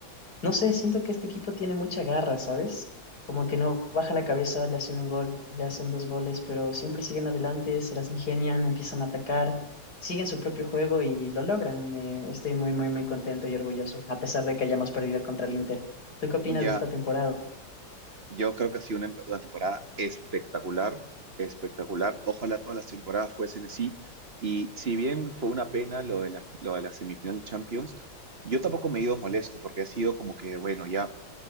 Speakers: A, on the left (about 50°); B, on the right (about 35°).
A: No sé, siento que este equipo tiene mucha garra, ¿sabes? Como que no baja la cabeza, le hacen un gol, le hacen dos goles, pero siempre siguen adelante, se las ingenian, empiezan a atacar, siguen su propio juego y lo logran. Me, estoy muy, muy, muy contento y orgulloso, a pesar de que hayamos perdido contra el Inter. ¿Tú qué opinas
B: ya
A: de esta temporada?
B: Yo creo que ha sido una, una temporada espectacular, espectacular. Ojalá todas las temporadas fuesen así. Y si bien fue una pena lo de la, lo de la semifinal de Champions, yo tampoco me he ido molesto porque ha sido como que, bueno, ya